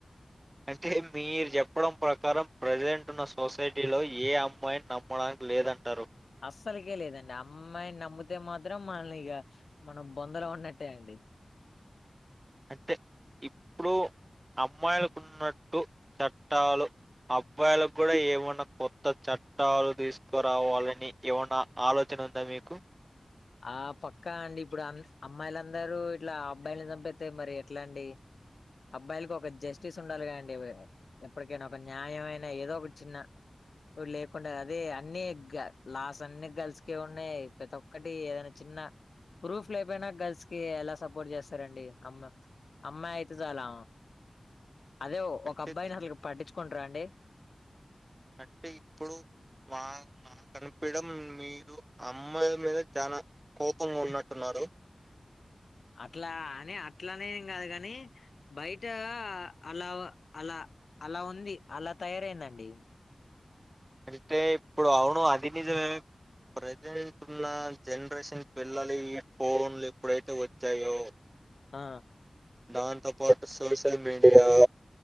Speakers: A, on the right; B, on the left.
A: అంటే మీరు చెప్పడం ప్రకారం ప్రెసెంట్ ఇప్పుడున్న సొసైటీలో ఏ అమ్మాయిని నమ్మడానికి లేదంటారు.
B: అస్సలికే లేదండి, అమ్మాయిని నమ్మితే మాత్రం మనల్ని ఇగ, మనం బొందలో ఉన్నట్టే అండి
A: అంటే ఇప్పుడు అమ్మాయిలకున్నట్టు చట్టాలు అబ్బాయిలకు కూడా ఏమన్నా కొత్త చట్టాలు తీసుకురావాలని ఏవన్నా ఆలోచన ఉందా మీకు?
B: ఆ పక్కా అండి, ఇప్పుడు అం అమ్మాయిలందరూ ఇట్ల అబ్బాయిలని చంపేత్తే మరి ఎట్ల అండి? అబ్బాయిలకు ఒక జెస్టిస్ ఉండాలి కదండి వే ఎప్పటికైనా ఒక న్యాయమయినా ఏదో ఒకటి చిన్న ఇప్పుడు లేకుండా అదే అన్నీ గ లాస్ అన్నీ గర్ల్స్కే ఉన్నయి, ప్రతొ ఒకటి ఏదైనా చిన్న ప్రూఫ్ లేకపోయినా గర్ల్స్ కి ఎలా సపోర్ట్ చేస్తారండి అమ్మ అమ్మాయి అయితే చాలా, అదే
A: అంటే
B: ఒక అబ్బాయిని అసలుకు పట్టించుకుంటరా అండి?
A: అంటే ఇప్పుడు మా మా కనిపిడం మీరు అమ్మాయిల మీద చానా కోపంగా ఉన్నట్టున్నారు.
B: అట్లా అని అట్లానేం కాదు కని బయట అలా అలా అలా ఉంది అలా తయారైందండి
A: అంటే ఇప్పుడు అవును అది నిజమే ప్రజెంట్ ఉన్న జనరేషన్ పిల్లలు ఈ ఫోన్లు ఎప్పుడైతే వచ్చాయో
B: ఆ
A: దాంతో పాటు సోషల్ మీడియా